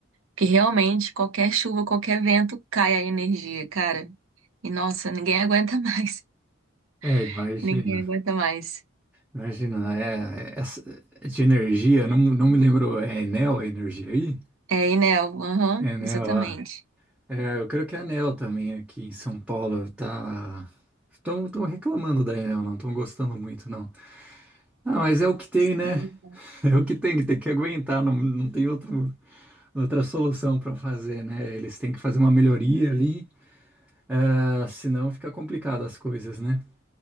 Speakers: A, on the right; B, in the centre.
A: Que realmente qualquer chuva, qualquer vento cai a energia, cara. E nossa, ninguém aguenta mais.
B: É, imagina.
A: <laughs> Ninguém aguenta mais.
B: Imagina, é, é, essa- é de energia, não, não me lembro, é Enel a energia aí?
A: É, Enel, aham,
B: Enel,
A: exatamente.
B: ah. É, eu creio que a Enel também aqui em São Paulo tá... Estão estão reclamando da Enel, não estão gostando muito, não. Ah, mas é o que tem,
A: Sim.
B: né? <laughs> É o que tem, tem que aguentar, não, não tem outro, outra solução para fazer, né? Eles têm que fazer uma melhoria ali, ah, senão fica complicado as coisas, né?